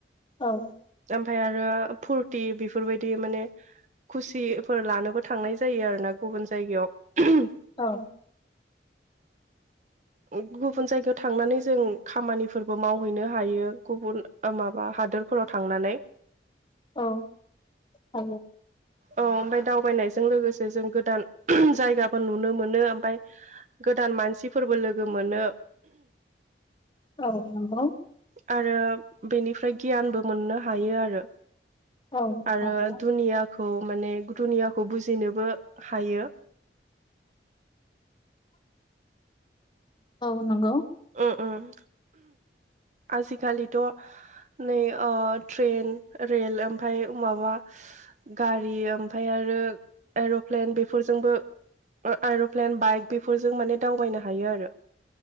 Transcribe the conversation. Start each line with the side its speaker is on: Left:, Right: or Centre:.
Left: औ
Right: ओमफाय आरो फुरथि बेफोरबायदि माने खुसिफोर लानोबो थांनाय जायो आरोना गुबुन जायगायाव
Left: औ
Right: <inaudible> गुबुन जायगायाव थांनानै जों खामानिफोरबो मावहैनो हायो गुबुन माबा हादोर फोराव थांनानै
Left: औ औ
Right: औ ओमफ्राय दावबायनायजों लोगोसे जों गोदान जायगा‌बो नुनो मोनो ओमफ्राय गोदान मानसिफोरबो लोगो मोनो।
Left: औ नंगौ
Right: आरो बेनिफ्राय गियानबो मोननो हायो आरो
Left: औ
Right: आरो
Left: नंगौ
Right: दुनिया खौ माने दुनियाखौ बुजिनोबो हायो।
Left: औ नंगौ।
Right: उम उम आजिखालिथ' नै ओ ट्रेन रेल ओमफाय ओ माबा गारि ओमफाय आरो रो एर'प्लेन बेफोरजोंबो एर'प्लेन बाइक बेफोरजों माने दावबायनो हायो आरो